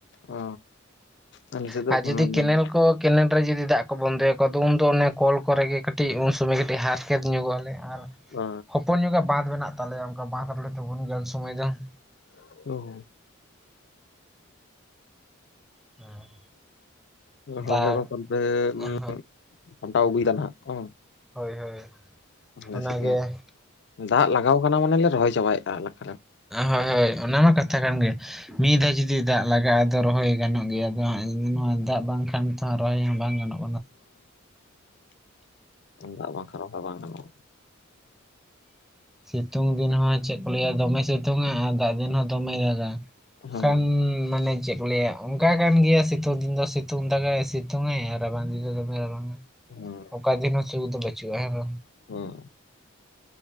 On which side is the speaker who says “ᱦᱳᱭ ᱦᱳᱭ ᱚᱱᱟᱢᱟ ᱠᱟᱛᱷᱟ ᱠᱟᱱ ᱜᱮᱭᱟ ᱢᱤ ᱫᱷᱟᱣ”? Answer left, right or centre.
Centre